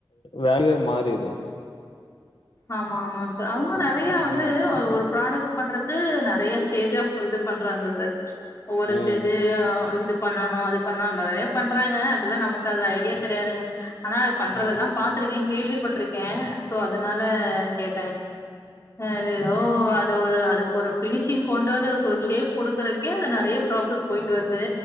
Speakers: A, on the left; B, on the left.
A: வேல்யூ மாறிரு
B: ஆமா ஆமா சார் அவுங்க நிறையா
A: ம்
B: வந்து ஒரு ப்ராடக்ட் பண்றதுக்கு நிறையா ஸ்டேஜ் ஆ இது பண்றாங்க சார் ஒவ்வொரு
A: ம்
B: ஸ்டேஜயு இது பண்ணனு அது பண்ணு நிறைய பண்றாங்க அதெல்லா நமக்கு அது ஐடியா கிடையாதுங்க ஆனா அது பண்றதெல்லா
A: ம்
B: பாத்துருக்கே கேள்விப்பட்ருக்கே சோ அதனால கேட்டே அ ஓ அது ஒரு அது ஒரு ஃபினிஷிங் கொண்டு வந்து அதுக்கு ஒரு ஷேப் கொடுக்குறக்கே அத நிறைய ப்ராசஸ் போய்ட்டு வருது